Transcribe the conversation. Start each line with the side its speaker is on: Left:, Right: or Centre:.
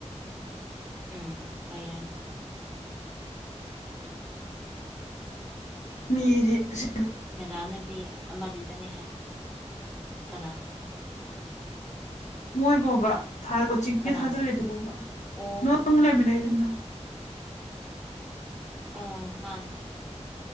Centre: ꯎꯝ ꯂꯩꯔꯅꯤ꯫
Left: ꯃꯤꯗꯤ ꯑꯁꯤ
Centre: ꯀꯥꯅꯥꯝꯅꯗꯤ ꯑꯃꯗꯤ ꯆꯪꯅꯤ ꯍꯥꯏ ꯀꯅꯥ꯫
Left: ꯃꯣꯏꯕꯣꯕ ꯊꯗ ꯀꯣꯆꯤꯡꯒꯤ
Centre: ꯀꯅꯥꯅꯣ
Left: ꯊꯥꯖꯤꯜꯂꯤꯗꯨꯕ
Centre: ꯑꯣ
Left: ꯅꯪ ꯂꯩꯃꯤꯟꯅꯩꯁꯤꯡꯗꯣ꯫
Centre: ꯑꯣ ꯃꯥꯅꯦ꯫